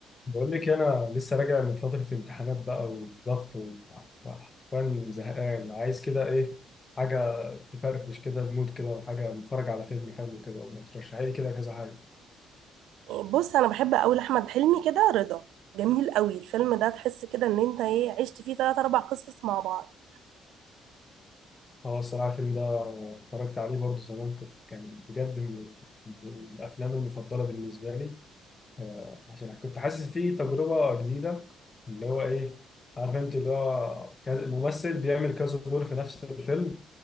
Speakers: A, on the left; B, on the right.
A: بقول لك انا لسه راجع من فتره امتحانات بقى وضغط و- وحرفيا زهقان عايز كده ايه حاجه تفرفش كده المود كده وحاجه نتفرج على فيلم حلو كده ولا ترشحي لي كده كذا حاجه
B: بص انا بحب قوي احمد حلمي كده رضا جميل قوي الفيلم ده تحس كده ان انت ايه عشت فيه ثلاث اربع قصص مع بعض
A: هو الصراحه الفيلم ده اتفرجت عليه برضه زمان كنت كان بجد من ال- من الافلام المفضله بالنسبه لي آه، عشان كنت حاسس فيه تجربه جديده اللي هو ايه عارف انت اللي هو كذا ممثل بيعمل كذا دور في نفس الفيلم